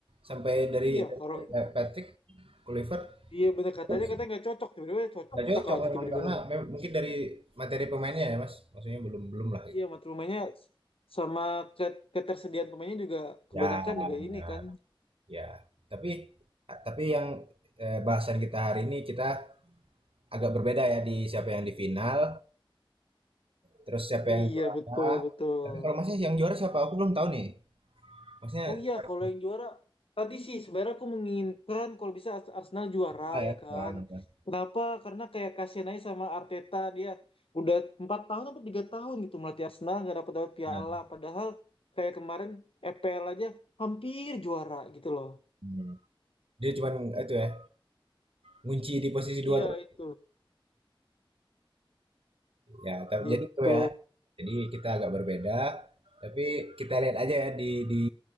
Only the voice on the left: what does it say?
Iya, orang
iya bener katanya
katanya nggak cocok tiba-tiba cocok
cocok
aja
tiba-tiba.
Iya, mata pemainnya sama ke- ketersediaan pemainnya juga kebanyakan
juga
ini kan.
Iya,
betul, betul.
Oh iya,
kalau yang juara tadi sih sebenarnya aku menginginkan kalau bisa Ars- Arsenal juara
ya kan.
Kenapa? Karena kayak kasihan aja sama Arteta dia udah empat tahun atau tiga tahun gitu melatih Arsenal nggak dapat dapat piala.
Padahal kayak kemarin EPL aja hampir juara gitu loh.
Iya
itu,
gitu.